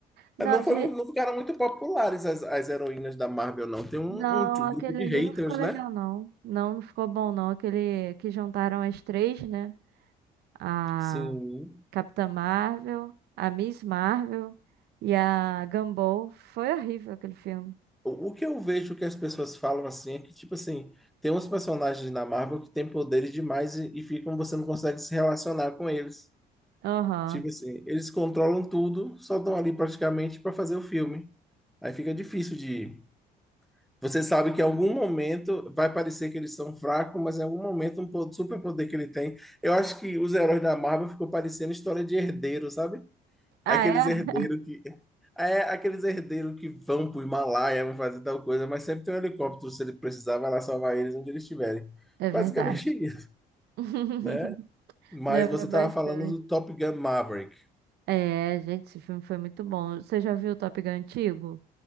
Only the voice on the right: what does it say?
Não,
de,
Não,
aquele
ali
não ficou legal,
não. Não, não ficou bom, não. Aquele que juntaram as três, né? A
Capitã Marvel, a Miss Marvel e a Gambol. Foi horrível aquele filme.
Aham.
Ah,
é?
É verdade.
<laughs>
Lembra
bastante.
É, gente, esse filme foi muito bom. Você já viu o Top Gun antigo?